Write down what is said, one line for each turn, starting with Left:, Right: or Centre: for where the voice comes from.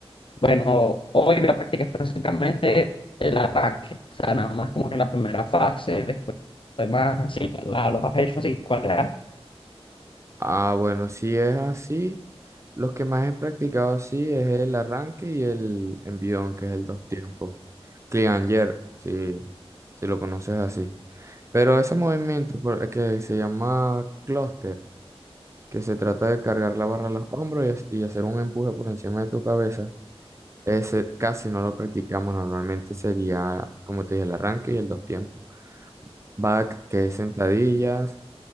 Left: bueno, hoy voy a practicar específicamente el arranque, o sea, nada más como que la primera fase, después demás, así, la, la- los has hecho así, ¿cuál es?
Right: Ah, bueno, si es así, los que más he practicado así es el arranque y el envión, que es el dos tiempos. Cleanger, si, si lo conoces así. Pero ese movimiento por- que se llama cluster, que se trata de cargar la barra a los hombros y, hac- y hacer un empuje por encima de tu cabeza, ese casi no lo practicamos. Normalmente sería, como te dije, el arranque y el dos tiempos. Back, que es sentadillas